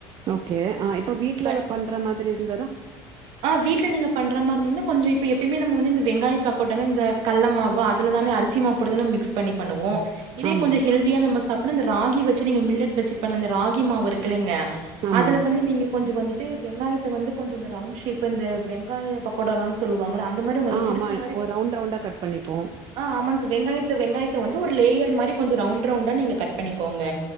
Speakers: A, on the right; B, on the right.
A: ஓகே ஆ இப்ப வீட்டுல
B: பட்
A: பண்ற மாதிரி இருந்த
B: ஆ வீடல நீங்க பண்றமாரி இருந்தங்கன்னா கொஞ்சம்ப்ப எப்பயமே நம்மந்து இந்த வெங்காயம் பக்கோட்டானே இந்த கட்ல மாவு அதில தானே அரிசி மாவுடு தான மிக்ஸ் பண்ணி பண்ணுவோம் இதே
A: ஆமா,
B: கொஞ்சோ ஹல்தியா நம்ம சாப்பிட ராகி வச்சு நீங்க மில்லட் வச்சு பண்ணுங்க இந்த ராகி மாவு இருக்குளங்க
A: ஆமா.
B: அதுல வந்து நீங்க கொஞ்சோ வந்து போட்டு வெங்காயத்த வந்து கொஞ்சோ இந்த ரவுண்டு ஷேப் வெங்காய பக்கோடானுல்லா சொல்லுவாங்கள அந்த மாரி உங்களுக்கு
A: ஆஹ்
B: புடிச்ச
A: ஆமா
B: மாரி
A: ஓ ரவுண்ட் ரவுண்டா கட் பண்ணிப்போ
B: ஆ ஆமாங்க சார் வெங்காயத்த வெங்காயத்த வந்து ஒரு லேயர் மாரி கொஞ்ச ரவுண்ட் ரவுண்டா நீங்க கட் பண்ணிக்கோங்க